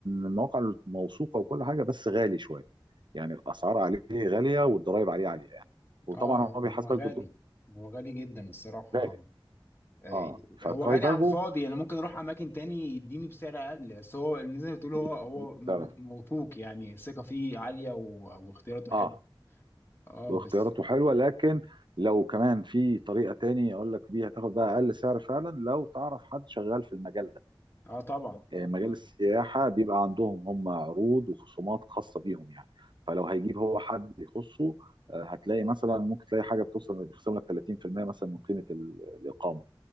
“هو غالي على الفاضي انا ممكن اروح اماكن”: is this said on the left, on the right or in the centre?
Left